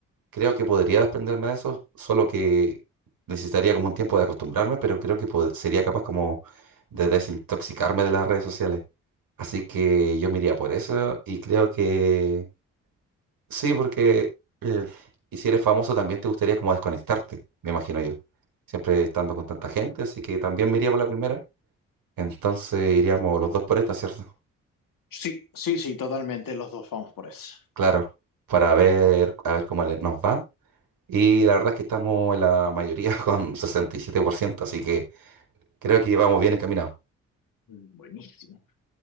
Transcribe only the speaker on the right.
Creo que podría desprenderme de eso, solo que necesitaría como un tiempo de acostumbrarme, pero creo que pod- sería capaz como de desintoxicarme de las redes sociales. Así que yo me iría por eso y creo que sí, porque eh, y si eres famoso también te gustaría como desconectarte, me imagino yo. Siempre estando con tanta gente, así que también me iría por la primera. Entonces iríamos los dos por esta, ¿cierto? <laughs>
Claro, para ver, a ver cómo le- nos va. Y la verdad es que estamos en la mayoría <laughs> con sesenta y siete por ciento así que Creo que vamos bien encaminados.